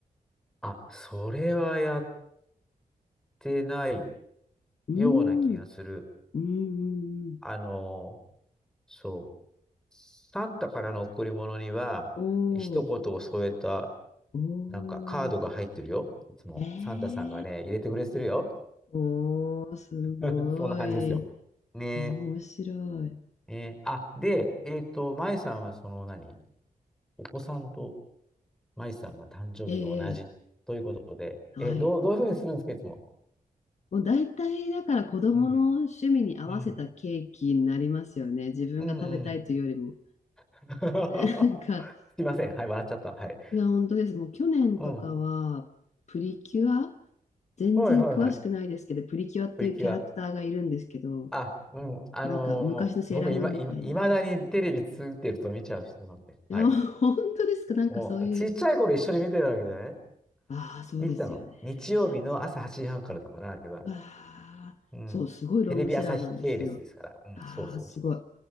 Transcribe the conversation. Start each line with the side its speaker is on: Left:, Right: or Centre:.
Centre: あ、それはやってない
Left: うーん。
Centre: ような気がする。
Left: うんうんうん。
Centre: あのそう。サンタからの贈り物には、
Left: お
Centre: 一言を添えた、
Left: ー。おー、
Centre: なんかカードが入ってるよ。いつも。
Left: ええ
Centre: サンタさんがね、入れてくれてるよ。
Left: おー、すごい。
Centre: <laughs> そんな感じですよ。ねえ。
Left: 面白い。
Centre: えーあ、で、えっと、まゆさんはその何お子さんとマイさんが誕生日が同じということで、
Left: ええ、はい。
Centre: え、どう、どういうふうにするんですか、いつも。
Left: もう大体、だから子供の趣味に合わせたケーキになりますよね。
Centre: うん。うん。
Left: 自分が食べたいというよりも。
Centre: うんうん。<laughs>
Left: なんか、
Centre: すいません。はい、笑っちゃった。はい。
Left: いや、本当です。もう去年とかは、
Centre: うん。は
Left: プリキュア全然詳しくないですけど、
Centre: いはいはい。
Left: プリキュアっていうキャラクターがいるんですけど、
Centre: プリキュア。あ、うん。あのー僕今、
Left: なんか昔のセーラームーンみたいな。
Centre: 今、いまだにテレビついてると見ちゃう人なんで。
Left: いや、
Centre: はい。
Left: 本当ですかなんかそういう、
Centre: お、ちっちゃい頃一緒に見てたわけじゃない
Left: ああ、そうですよね。
Centre: 見てたの。日曜日の朝8時半からだから、あれは。
Left: うわあ、
Centre: うん。
Left: そう、すごいロングセラーなんですよ。
Centre: テレビ朝日系列ですから。うん、
Left: ああ、
Centre: そうそうそうそ
Left: すごい。